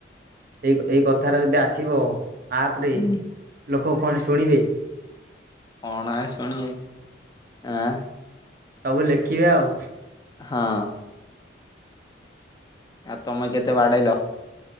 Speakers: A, on the right; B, on the left.
A: ଏଇ ଏଇ କଥାଟା ଯଦି ଆସିବ ଆପ ରେ
B: ହୁଁ
A: ଲୋକ କଣ ଶୁଣିବେ।
B: କଣ ଆଉ ଶୁଣିବେ ଆଁ।
A: ସବୁ ଲେଖିବେ ଆଉ।
B: ହଁ। ଆଉ ତମେ କେତେ ବାଡେଇଲ।